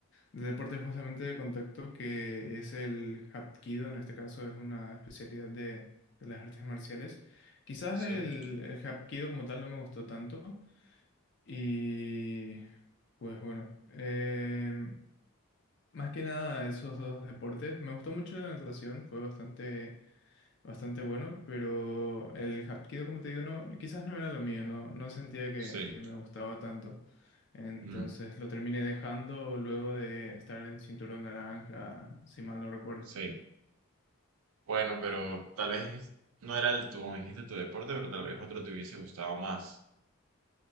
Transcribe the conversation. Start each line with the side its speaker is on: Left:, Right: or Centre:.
Left: de deporte justamente de contacto que es el Hapkido, en este caso es una especialidad de, de las artes marciales. Quizás
Right: Sí,
Left: el, el Hapkido como tal no me gustó tanto y pues bueno, em, más que nada esos dos deportes. Me gustó mucho la natación, fue bastante bastante bueno, pero el Hapkido, como te digo, no, quizás no era lo mío, no, no sentía que,
Right: sí,
Left: que me gustaba tanto. Entonces
Right: mm,
Left: lo terminé dejando luego de estar en cinturón naranja, si mal no recuerdo.
Right: sí. Bueno, pero tal vez no era el tu, como dijiste, tu deporte, pero tal vez otro te hubiese gustado más.